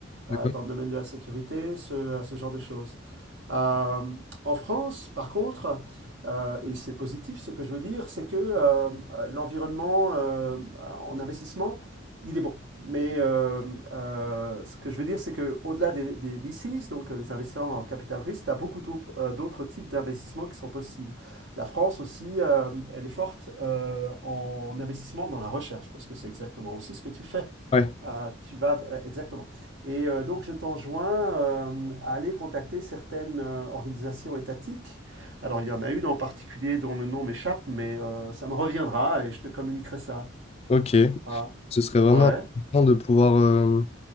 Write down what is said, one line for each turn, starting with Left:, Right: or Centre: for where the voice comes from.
Right: euh,
Left: d'accord.
Right: dans le domaine de la sécurité, ce, euh, ce genre de choses. Euh, en France, par contre, euh, et c'est positif ce que je veux dire, c'est que euh, l'environnement euh, en investissement, il est bon. Mais euh, euh, ce que je veux dire, c'est qu'au-delà des, des VCs, donc euh, les investisseurs en capital risque, tu as beaucoup d'au- euh, d'autres types d'investissements qui sont possibles. La France aussi, euh, elle est forte euh, en investissement dans la recherche, parce que c'est exactement aussi ce que tu fais.
Left: Ouais,
Right: Euh, tu vas euh, exactement. Et euh, donc je t'enjoins euh, à aller contacter certaines euh, organisations étatiques. Alors il y en a une en particulier dont le nom m'échappe, mais euh, ça me reviendra et je te communiquerai ça.
Left: ok.
Right: Ah,
Left: Ce serait vraiment
Right: ouais.
Left: important de pouvoir... euh,